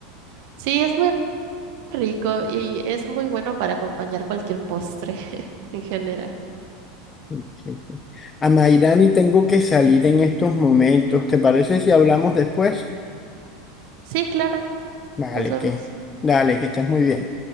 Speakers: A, on the right (about 60°); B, on the left (about 25°).
A: Sí, es muy rico y es muy bueno para acompañar cualquier postre <laughs> en general.
B: Sí, sí. sí. A Mayrani tengo que salir en estos momentos. ¿Te parece si hablamos después?
A: Sí, claro,
B: Vale,
A: nos vemos.
B: que, dale, que estés muy bien.